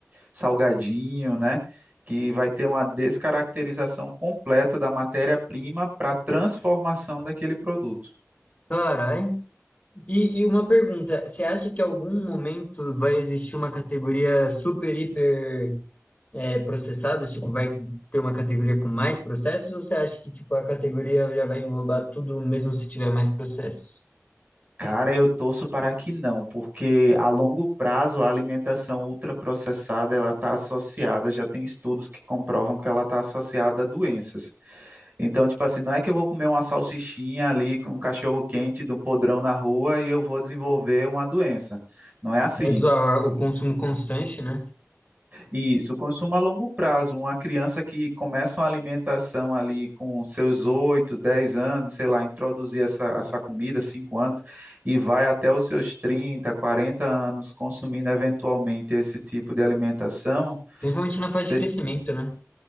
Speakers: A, on the right (about 35°); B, on the left (about 30°).
A: salgadinho, né? Que vai ter uma descaracterização completa da matéria-prima para a transformação daquele produto.
B: Carai. E, e uma pergunta, você acha que em algum momento vai existir uma categoria super, hiper é, processados? Tipo, vai ter uma categoria com mais processos? Ou você acha que tipo, a categoria já vai englobar tudo mesmo se tiver mais processos?
A: Cara, eu torço para que não, porque a longo prazo a alimentação ultraprocessada ela está associada, já tem estudos que comprovam que ela está associada a doenças. Então, tipo assim, não é que eu vou comer uma salsichinha ali com um cachorro quente do podrão na rua e eu vou desenvolver uma doença. Não é assim.
B: Mas a- o consumo constante, né?
A: Isso, consumo a longo prazo. Uma criança que começa uma alimentação ali com seus 8, 10 anos, sei lá, introduzir essa, essa comida, 5 anos, e vai até os seus 30, 40 anos consumindo eventualmente esse tipo de alimentação.
B: Principalmente na
A: se-
B: fase de crescimento, né?